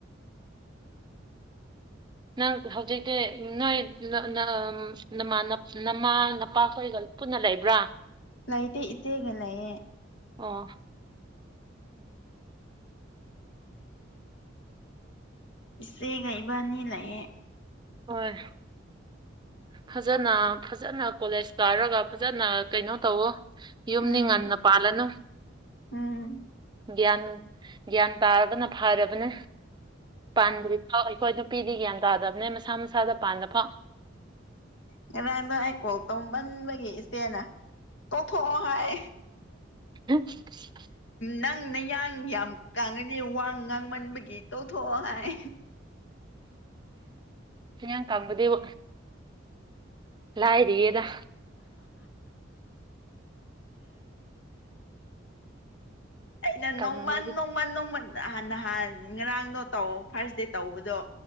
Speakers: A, on the right; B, on the left.
A: ꯅꯪ ꯍꯧꯖꯤꯛꯇꯤ ꯅꯣꯏ ꯅ ꯅꯃꯥ ꯅꯄꯥꯈꯣꯏꯒ ꯄꯨꯟꯅ ꯂꯩꯕ꯭ꯔꯥ
B: ꯂꯥꯏꯇꯦ ꯏꯆꯦꯒ ꯂꯩꯌꯦ
A: ꯑꯣ
B: ꯏꯆꯦꯒ ꯏꯕꯥꯅꯤ ꯂꯩꯌꯦ
A: ꯍꯣꯏ ꯐꯖꯅ ꯐꯖꯅ ꯀꯣꯂꯦꯖ ꯀꯥꯔꯒ ꯐꯖꯅ ꯀꯩꯅꯣ ꯇꯧꯋꯣ ꯌꯨꯝꯗꯤ
B: ꯎꯝ
A: ꯉꯟꯅ ꯄꯥꯜꯂꯅꯨ
B: ꯎꯝ
A: ꯒ꯭ꯌꯥꯟ ꯒ꯭ꯌꯥꯟ ꯇꯥꯔꯒꯅ ꯐꯔꯕꯅꯦ ꯄꯥꯟꯗ꯭ꯔꯤ ꯑꯧ ꯑꯩꯈꯣꯏ ꯅꯨꯄꯤꯗꯤ ꯒ꯭ꯌꯥꯟ ꯇꯥꯗꯕꯅꯦ ꯃꯁꯥ ꯃꯁꯥꯗ ꯄꯥꯟꯗ ꯐꯥꯎ
B: ꯉꯔꯥꯡꯗꯣ ꯑꯩ ꯀꯣꯜ ꯇꯧꯃꯟꯕꯒꯤ ꯏꯆꯦꯅ ꯇꯣꯛꯊꯣꯛꯑꯣ ꯍꯥꯏ
A: <unintelligible>
B: ꯅꯪ ꯅꯌꯥꯡ ꯌꯥꯝ ꯀꯥꯡꯉꯅꯤ ꯋꯥ ꯉꯥꯡꯃꯟꯕꯒꯤ ꯇꯣꯛꯊꯣꯛꯑꯣ ꯍꯥꯏ
A: ꯅꯌꯥꯝ ꯀꯪꯕꯗꯤꯎ ꯂꯥꯏꯔꯤꯌꯦꯗ
B: ꯑꯩꯅ
A: ꯀꯪꯉꯝꯃꯗꯤ
B: ꯅꯣꯡꯃꯟ ꯅꯣꯡꯃꯟ ꯅꯣꯡꯃꯟ ꯑꯍꯥꯟ ꯅꯍꯥꯟ ꯉꯔꯥꯡꯗꯣ ꯇꯧ ꯐꯥꯔꯁꯗꯦ ꯇꯧꯕꯗꯣ